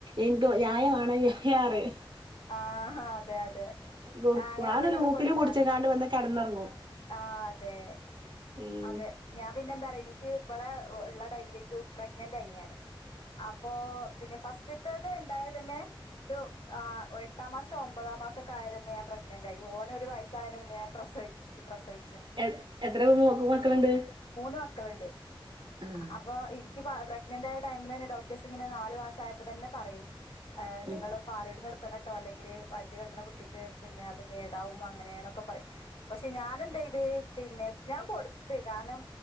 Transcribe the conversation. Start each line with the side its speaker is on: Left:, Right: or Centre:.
Right: ഇൻക്ക് യായമാണ് യായാറിം.
Left: ആഹ് അതെ അതെ
Right: കൊടുക്കും
Left: അങ്ങനെ
Right: അതൊരു
Left: എന്തേലൊക്കെ
Right: ഊക്കില്
Left: കൊടുത്താ
Right: കുടിച്ച്കാണ്ട്
Left: മതി.
Right: വന്ന് കെടന്നൊറങ്ങും
Left: ആഹ് അതെ
Right: ഉം
Left: അതെ. ഞാൻ പിന്നെ എന്താ പറേ എനിക്ക് ഇവളെ ഉള്ള ടൈമിലേക്ക് പ്രഗ്നന്റ് ആയി ഞാന് അപ്പൊ പിന്നെ ഫസ്റ്റത്തത് ഇണ്ടായ തന്നെ ഒരു ആ എട്ടാം മാസം ഒമ്പതാ മാസൊക്കായേരെന്നേ ഞാൻ പ്രെഗ്നന്റായിയി ഓനെ ഒരു വയസ്സാണേന് മുന്നേ ഞാൻ പ്രസവച്ച് പ്രസവിച്
Right: എ എത്ര മക്കളുണ്ട്?
Left: മൂന്ന മക്കളുണ്ട്,
Right: ആഹ്
Left: അപ്പോ എനിക്ക്- പ്രഗ്നന്റ് ആയ ടൈമിൽ തന്നെ- ഡോക്ടേഴ്സ് ഇങ്ങനെ നാല് മാസ ആയപ്പോ തന്നെ പറയും നിങ്ങൾ-
Right: ഉം
Left: പാലോടി നിർത്തണം കേട്ടോ? അല്ലെങ്കിൽ വറ്റി കിടക്കണ കുട്ടിക്ക് പിന്നെ അത് കേടാവും, അങ്ങനെ- എന്നൊക്കെ പറയും പക്ഷെ ഞൻ എന്തേയ്ത്, പിന്നെ ഞാൻ കൊടുത്ത് കാരണം,